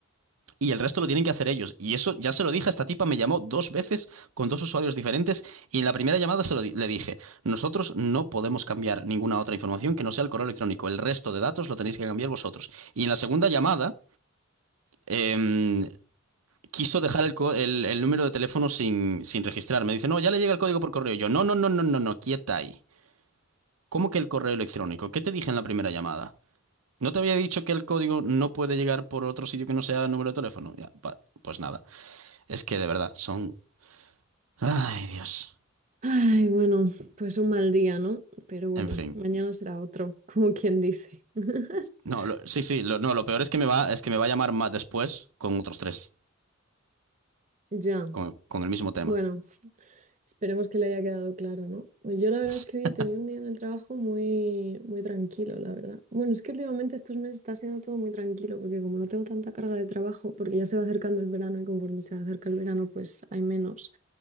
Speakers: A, on the right; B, on the right.
A: y el resto lo tienen que hacer ellos. Y eso ya se lo dije, esta tipa me llamó dos veces con dos usuarios diferentes y en la primera llamada se lo di- le dije, nosotros no podemos cambiar ninguna otra información que no sea el correo electrónico, el resto de datos lo tenéis que cambiar vosotros. Y en la segunda llamada... em, Quiso dejar el, co- el- el número de teléfono sin, sin registrar. Me dice, no, ya le llega el código por correo. Yo, no, no, no, no, no, no, quieta ahí. ¿Cómo que el correo electrónico? ¿Qué te dije en la primera llamada? ¿No te había dicho que el código no puede llegar por otro sitio que no sea número de teléfono? Ya, pa- pues nada. Es que de verdad, son. Ay, Dios.
B: Ay, bueno, pues un mal día, ¿no? Pero bueno,
A: En fin.
B: mañana será otro, <laughs> como quien dice. <laughs>
A: No, lo- sí, sí, lo, no, lo peor es que me va, es que me va a llamar más después con otros tres,
B: Ya.
A: con, con el mismo tema.
B: Bueno, esperemos que le haya quedado claro, ¿no? Pues yo la verdad
A: <laughs>
B: es que hoy he tenido un día en el trabajo muy, muy tranquilo, la verdad. Bueno, es que últimamente estos meses está siendo todo muy tranquilo, porque como no tengo tanta carga de trabajo, porque ya se va acercando el verano y conforme se acerca el verano, pues hay menos.